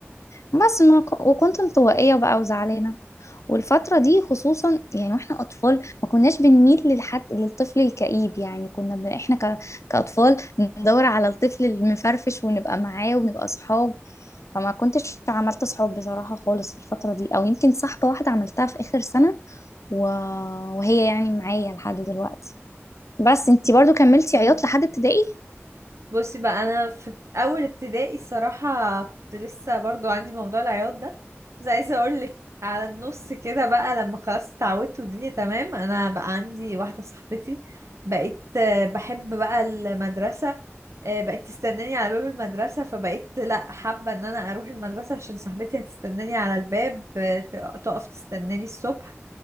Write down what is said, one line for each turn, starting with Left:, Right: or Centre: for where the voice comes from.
Left: بس ما ك- وكنت انطوائية بقى وزعلانة والفترة دي خصوصا يعني واحنا أطفال ما كناش بنميل للحد للطفل الكئيب يعني كنا ب... احنا ك... كأطفال ندور على الطفل المفرفش ونبقى معاه ونبقى صحاب فما كنتش عملت صحاب بصراحة خالص في الفترة دي أو يمكن صاحبة واحدة عملتها في آخر سنة و... وهي يعني معايا لحد دلوقتي بس انتي برضو كملتي
Right: مم.
Left: عياط لحد ابتدائي؟
Right: بصي بقى انا في اول ابتدائي الصراحه كنت لسه برضو عندي موضوع العياط ده بس عايزه اقول لك على النص كده بقى لما خلاص اتعودت والدنيا تمام انا بقى عندي واحده صاحبتي بقيت آه، بحب بقى المدرسه آه، بقت تستناني على باب المدرسه فبقيت لا حابه ان انا اروح المدرسه عشان صاحبتي هتستناني على الباب آه، تق- تقف تستناني الصبح